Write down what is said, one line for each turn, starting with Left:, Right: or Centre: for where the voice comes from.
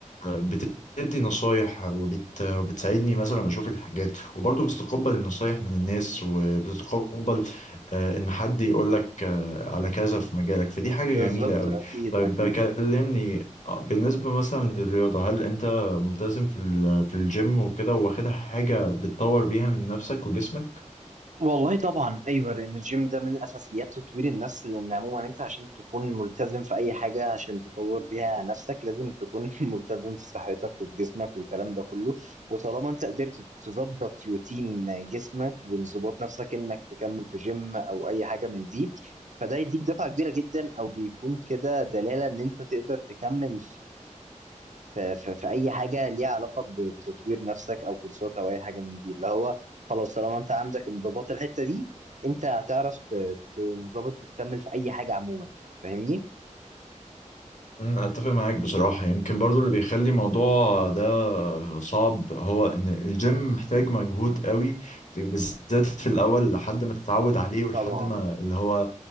Left: بتدي نصايح وبت... وبتساعدني مثلا اشوف الحاجات وبرضه بتتقبل النصايح من الناس وبتتقبل آه، ان حد يقول لك آه، على كذا في مجالك فدي حاجة
Right: بالظبط
Left: جميلة قوي
Right: اكيد
Left: طيب
Right: اكيد
Left: كلمني آه، بالنسبة مثلا للرياضة هل انت ملتزم في ال- في الجيم وكده واخدها حاجة بتطور بيها من نفسك وجسمك
Right: والله طبعا ايوه لان الجيم ده من اساسيات تطوير النفس لان عموما انت عشان تكون ملتزم في اي حاجه عشان تطور بيها نفسك لازم تكون <laughs> ملتزم في صحتك وفي جسمك والكلام ده كله وطالما انت قدرت تظبط روتين جسمك وانضباط نفسك انك تكمل في جيم او اي حاجه من دي فده يديك دفعه كبيره جدا او بيكون كده دلاله ان انت تقدر تكمل في, في, في اي حاجه ليها علاقه ب- بتطوير نفسك او كورسات او اي حاجه من دي اللي هو خلاص طالما انت عندك انضباط الحته دي انت هتعرف ت- تنضبط وتكمل في اي حاجه عموما فاهمني
Left: أمم، اتفق معاك بصراحة يمكن برضو اللي بيخلي الموضوع ده صعب هو ان الجيم محتاج مجهود قوي في بالذات في الاول لحد ما تتعود عليه ولحد
Right: طبعا
Left: ما اللي هو